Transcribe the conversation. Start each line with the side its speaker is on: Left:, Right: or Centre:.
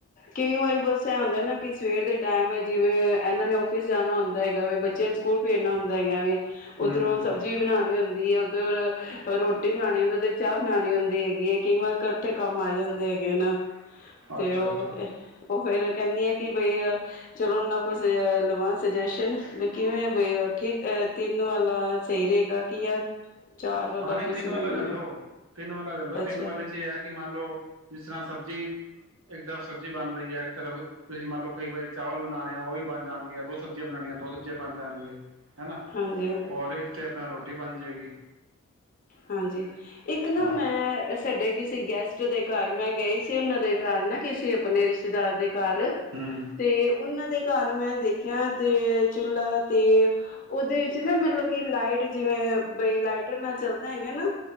Left: ਕਈ ਵਾਰੀ ਬਸ ਇਹ ਹੁੰਦਾ ਨਾ ਕਿ ਸਵੇਰ ਦੇ ਟਾਈਮ ਹੈ ਜਿਵੇਂ ਇਹਨਾਂ ਨੇ ਆਫਸ ਜਾਣਾ ਹੁੰਦਾ ਹੈਗਾ ਵੀ ਬੱਚਿਆਂ ਨੂੰ ਸਕੂਲ ਭੇਜਣਾ ਹੁੰਦਾ ਹੈਗਾ ਵੇ
Right: ਹੂੰ
Left: ਉੱਧਰੋਂ
Right: ਹੂੰ
Left: ਸਬਜ਼ੀ ਬਣਾਉਣੀ ਹੁੰਦੀ ਹੈ <unintelligible> ਰੋਟੀ ਬਣਾਉਣੀ ਹੁੰਦੀ ਤੇ ਚਾਹ ਬਣਾਉਣੀ ਹੁੰਦੀ ਹੈਗੀ ਹੈ ਕਿਵੇੈਂ ਕਰ ਇੱਥੇ ਕੰਮ ਆ ਜਾਂਦੇ ਹੈਗੇ ਨਾ ਤੇ
Right: ਅੱਛਾ
Left: ਉਹ
Right: ਅੱਛਾ
Left: ਉਹ ਫੇਰ ਕਹਿੰਦੀ ਆ ਕਿ ਬਈ ਚਲੋ ਓਹਨਾ ਕੋਲੋ ਲਵਾਂ ਸਜੈਸ਼ਨ ਵੀ ਕਿਵੇਂ ਬਈ ਠੀਕ ਅ ਤਿੰਨ ਵਾਲਾ ਸਹੀ ਰਹੇਗਾ ਕੀ ਆ ਚਾਰ ਵਾਲਾ
Right: ਹਾਂ ਨਹੀਂ
Left: ਤੁਸੀਂ
Right: ਤਿੰਨ ਵਾਲਾ
Left: ਮੈਨੂੰ
Right: ਲੈ ਲੋ ਤਿੰਨ ਵਾਲਾ ਲੈ ਲੈਲੋ
Left: ਅੱਛਾ
Right: ਤਿੰਨ ਵਾਲੇ ਚ ਇਹ ਹੈ ਕਿ ਮੰਨ ਲਓ ਜਿਸ ਤਰ੍ਹਾਂ ਸਬਜ਼ੀ ਇੱਕ ਤਰਫ ਸਬਜ਼ੀ ਬਣ ਰਹੀ ਹੈ ਇੱਕ ਤਰਫ ਤੁਸੀਂ ਮੰਨ ਲਓ ਕਈ ਵਾਰੀ ਚਾਵਲ ਬਣਾਉਣੇ ਆ ਉਹ ਵੀ ਬਣ ਜਾਣਗੇ ਆ ਦੋ ਸਬਜ਼ੀਆਂ ਬਣਾਉਣੀਆਂ ਦੋ ਸਬਜ਼ੀਆਂ ਬਣ ਜਾਣਗੇ ਹਨਾ
Left: ਹਾਂਜੀ
Right: ਹੋਰ ਇੱਕ ਤੇ ਆਪਣਾ ਰੋਟੀ ਰੋਟੀ ਬਣ ਜਾਏਗੀ
Left: ਹਾਂਜੀ ਇੱਕ ਨਾ
Right: ਹਾਂ
Left: ਮੈਂ ਸਾਡੇ ਕਿਸੇ ਗੈਸਟ ਦੇ ਘਰ ਮੈਂ ਗਈ ਉਹਨਾਂ ਦੇ ਘਰ ਨਾ ਕਿਸੇ ਆਪਣੇ ਰਿਸ਼ਤੇਦਾਰ ਦੇ ਘਰ
Right: ਹੂੰ
Left: ਤੇ ਉਹਨਾਂ ਦੇ ਘਰ ਮੈਂ ਦੇਖਿਆ ਤੇ ਚੁਲਾ ਤੇ ਉਹਦੇ ਵਿੱਚ ਨਾ ਮਤਲਬ ਕਿ ਲਾਈਟ ਜਿਵੇਂ ਬਈ ਲਾਈਟਰ ਨਾ ਚੱਲ ਨਹੀਂ ਹੈਗਾ ਨਾ